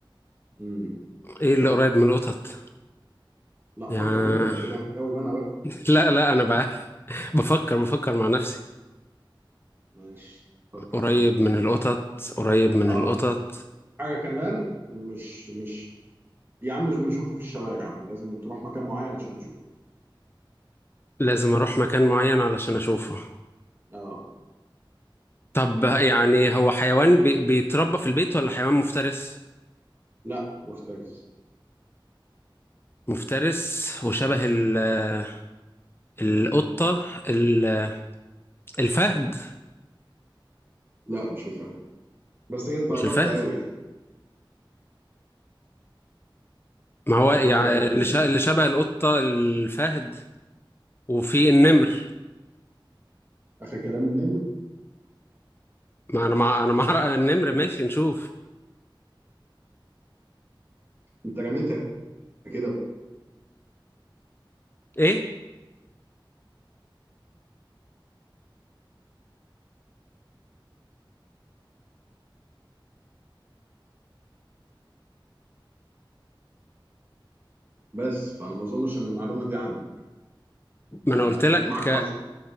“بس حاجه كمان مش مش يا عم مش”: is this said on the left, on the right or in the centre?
Right